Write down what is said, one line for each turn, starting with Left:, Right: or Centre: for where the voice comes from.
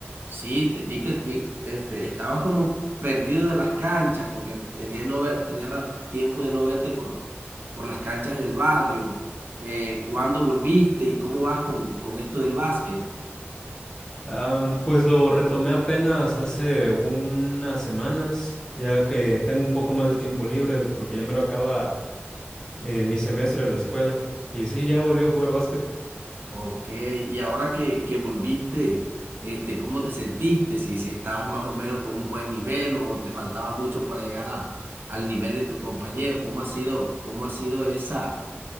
Right: Sí, te- vi que vi- este, estabas como perdido de las canchas porque tenía, no ver, tenía ra- tiempo de no verte por, por las canchas del barrio. Eh, ¿cuándo volviste y cómo vas con, con esto del básquet?
Left: Ah, pues lo retomé apenas hace unas semanas, ya que tengo un poco más de tiempo libre porque ya me lo acaba eh, mi semestre de la escuela. Y sí, ya volví a jugar básquet.
Right: Ok, y ahora que, que volviste, este, ¿cómo te sentiste? Si, si estabas más o menos con un buen nivel o te faltaba mucho para llegar a- al nivel de tus compañeros, ¿cómo ha sido, cómo ha sido esa,